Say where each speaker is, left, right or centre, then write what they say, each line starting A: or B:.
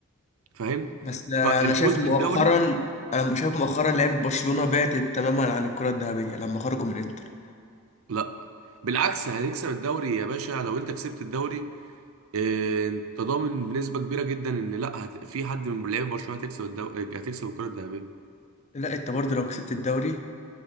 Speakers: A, on the right; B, on the left.
A: فاهم
B: بس انا
A: فالفوز
B: شايف
A: بالدوري
B: مؤخرا انا شايف مؤخرا لعيبه برشلونه بعدت تماما عن الكرة الذهبيه لما خرجوا من انتر
A: لا بالعكس هتكسب الدوري يا باشا لو انت كسبت الدوري آه، انت ضامن بنسبه كبيره جدا ان لا هت... في حد من لعيبه برشلونه هتكسب الدوري هتكسب الكره الذهبيه
B: لا انت برضه لو كسبت الدوري